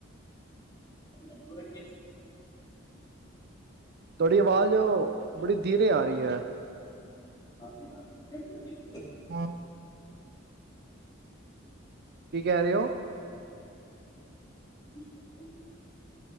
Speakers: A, on the left; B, on the right.
A: ਨੈੱਟਵਰਕ ਇਸ਼
B: ਤੁਹਾਡੀ ਆਵਾਜ਼ ਬੜੀ ਧੀਰੇ ਆ ਰਹੀ ਏ।
A: ਹਾਂਜੀ ਹਾਂਜੀ ਹੈ,
B: <unintelligible> ਕੀ ਕਹਿ ਰਹੇ ਹੋ।
A: ਹੈ।